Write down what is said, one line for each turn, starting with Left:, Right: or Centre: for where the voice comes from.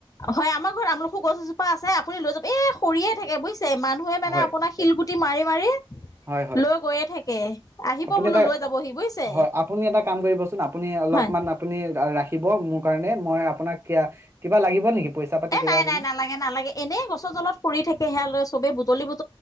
Left: হয় আমাৰ ঘৰত আমল খু গছ এজোপা আছে৷ আপুনি লৈ যাব, এই সৰিয়েই থাকে বুজিছে। মানুহে মানে
Right: হয়
Left: আপোনাৰ শিলগুটি মাৰি মাৰি
Right: হয় হয়
Left: লৈ গৈয়ে থাকে, আহিব
Right: আপুনি
Left: বোলো
Right: এটা
Left: লৈ যাবহি বুজিছে
Right: হয় আপুনি এটা কাম কৰিবচোন আপুনি অলপমান
Left: হয়৷
Right: আপুনি ৰাখিব, মোৰ কাৰণে মই আপোনাক কিয়া- কিবা লাগিব নেকি। পইচা পাতি
Left: এ
Right: কিবা
Left: নাই
Right: খিনি
Left: নাই নালাগে নালাগে, এনে গছৰ তলত সৰি থাকে সেয়া লয় চবে বুজ বুটলি <inaudible>